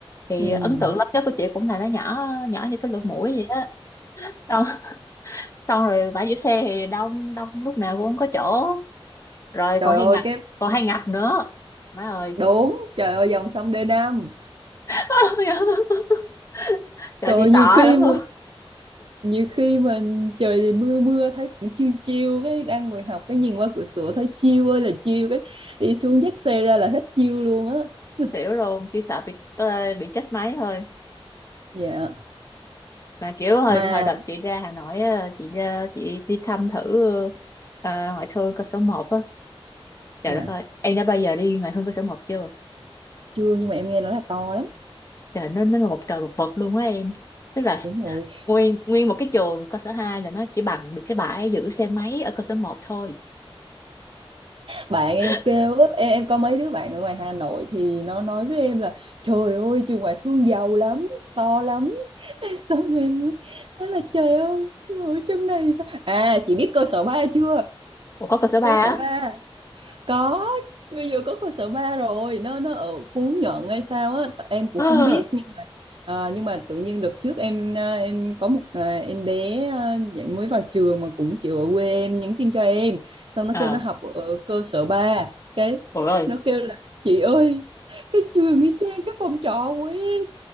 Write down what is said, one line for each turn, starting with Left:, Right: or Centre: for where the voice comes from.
Left: thì
Right: ừm,
Left: ấn tượng lớn nhất của chị cũng là nó nhỏ nhỏ như cái lỗ mũi vậy á xong, xong rồi bãi giữ xe thì đông đông lúc nào cũng không có chỗ rồi
Right: trời
Left: còn hay
Right: ơi
Left: ngập
Right: cái
Left: còn hay ngập nữa má ơi
Right: đúng trời ơi dòng sông đê 5
Left: <laughs> trời
Right: trời
Left: chị
Right: ơi,
Left: sợ
Right: nhiều khi
Left: lắm
Right: mà-
Left: luôn
Right: nhiều khi mình trời thì mưa mưa thấy cũng chiêu chiêu cái đang ngồi học cái nhìn qua cửa sổ thấy chiêu ơi là chiêu cái đi xuống dắt xe ra là hết chiêu luôn á <laughs>
Left: xỉu luôn chỉ sợ bị tê, bị chết máy thôi
Right: dạ
Left: mà kiểu hồi
Right: mà
Left: hồi đợt chị ra Hà Nội á, chị ra chị đi thăm thử ờ, ngoại thương cơ sở một á trời
Right: Dạ
Left: đất ơi em đã bao giờ đi ngoại thương cơ sở một chưa
Right: chưa nhưng mà em nghe nói là to lắm
Left: trời nó nó là một trời một vực luôn á em tức là
Right: đúng rồi
Left: nguyên nguyên một cái trường cơ sở hai là nó chỉ bằng được cái bãi giữ xe máy ở cơ sở một thôi
Right: bạn em
Left: <laughs>
Right: kêu á, em, em có mấy đứa bạn ở ngoài Hà Nội thì nó nói với em là trời ơi trường ngoại thương giàu lắm to lắm <laughs> xong em mới nói là trời ơi nhưng mà ở trong này sao à chị biết cơ sở ba chưa
Left: Ủa có cơ sở ba
Right: cơ sở
Left: á
Right: ba có bây giờ có cơ sở ba rồi nó nó ở Phú Nhuận hay sao á t- em cũng
Left: <gasps> Ờ.
Right: không biết nhưng mà à, nhưng mà tự nhiên đợt trước em à, em có một à, em bé à, dạng mới vào trường mà cũng kiểu ở quê em nhắn tin cho em xong nó
Left: à
Right: kêu nó học ở cơ sở ba cái
Left: ôi ơi
Right: nó kêu là chị ơi cái trường y chang cái phòng trọ của em